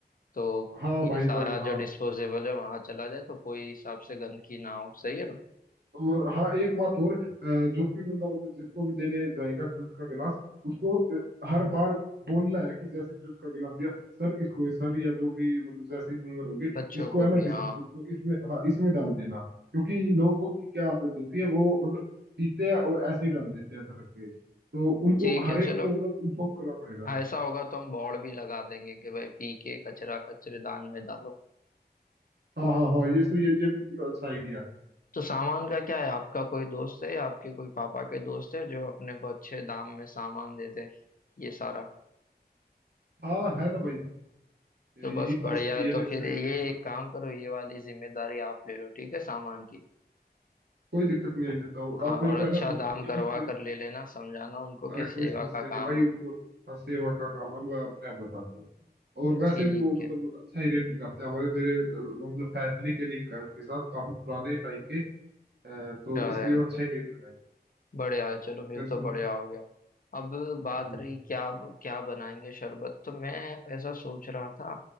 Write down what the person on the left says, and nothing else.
तो
ये
सारा
जो डिस्पोजेबल है वहां चला जाए तो कोई हिसाब से गंदगी ना हो सही है ना
बच्चों
को
भी हाँ
ठीक
है
चलो
ऐसा होगा तो हम बोर्ड भी लगा देंगे कि भाई पी के कचरा कचरेदान में डालो
तो सामान का क्या है आपका कोई दोस्त है या आपके कोई पापा के दोस्त है जो अपने को अच्छे दाम में सामान दे दे ये सारा
तो बस बढ़िया
है
तो
फिर
ये
एक
काम करो ये वाली जिम्मेदारी आप ले लो ठीक है सामान की
हाँ
और
अच्छा
दाम
करवा
कर ले लेना समझाना उनको
कि
सेवा
का
काम
है
ठीक
है
अच्छा
है
बढ़िया है चलो फिर
तो बढ़िया
हो गया अब बात
रही क्या क्या बनाएंगे शरबत तो मैं ऐसा सोच रहा था